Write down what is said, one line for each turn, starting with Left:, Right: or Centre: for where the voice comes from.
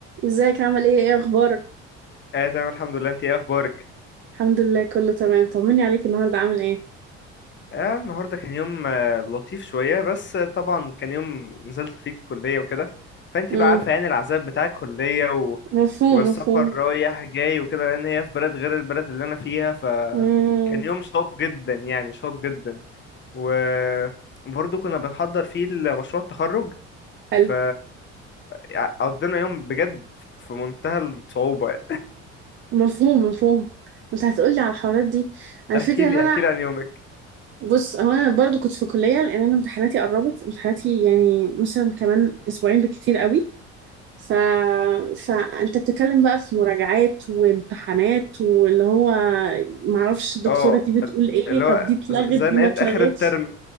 Right: ازيك عامل ايه ايه اخبارك
Left: اه تمام الحمد لله انت ايه اخبارك
Right: الحمد لله كله تمام طمني عليك النهارده عامل ايه
Left: اه النهارده كان يوم آه، لطيف شويه بس آه، طبعا كان يوم نزلت فيه الكليه وكده فانت
Right: امم
Left: بقى عارفه يعني العذاب بتاع الكليه و...
Right: مفهوم
Left: والسفر
Right: مفهوم
Left: رايح جاي وكده لان هي في بلد غير البلد اللي انا فيها فكان
Right: امم
Left: يوم شاق جدا يعني شاق جدا وبرضه كنا بنحضر فيه مشروع التخرج
Right: حلو
Left: ف ع- قضينا يوم بجد في منتهى الصعوبه
Right: مفهوم مفهوم انت هتقولي على الحوارات دي على
Left: احكي
Right: الفكره
Left: لي
Right: ان انا
Left: احكي لي عن يومك
Right: بص هو انا برضو كنت في كليه لان انا امتحاناتي قربت امتحاناتي يعني مثلا كمان اسبوعين بالكتير قوي ف... فانت بتتكلم بقى في مراجعات وامتحانات واللي هو معرفش الدكتوره
Left: اه
Right: دي بتقول
Left: ال-
Right: ايه
Left: اللي هو
Right: طب دي اتلغت
Left: ز- زنقت
Right: دي ما اتلغتش
Left: اخر الترم